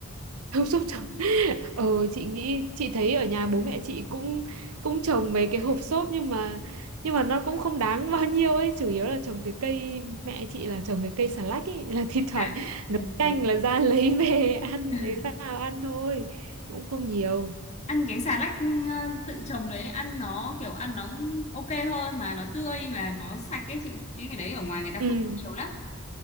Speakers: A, on the right; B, on the left.
A: <laughs> không sốc trồng <laughs> ờ chị nghĩ chị thấy ở nhà bố mẹ chị cũng cũng trồng mấy cái hộp xốp nhưng mà nhưng mà nó cũng không đáng bao nhiêu ấy chủ yếu là trồng cái cây mẹ chị là trồng cái cây xà lách ấy là <laughs> thi thoảng
B: dạ ừ,
A: nấu canh
B: đúng
A: là ra lấy về <laughs> ăn
B: <laughs>
A: lấy vào ăn thôi cũng không nhiều
B: ăn cái xà lách ừ, tự trồng đấy ăn nó kiểu ăn nó ok hơn mà nó tươi và nó sạch ấy chị cái ngày đấy ở ngoài người ta phun
A: ừ
B: thuốc nhiều lắm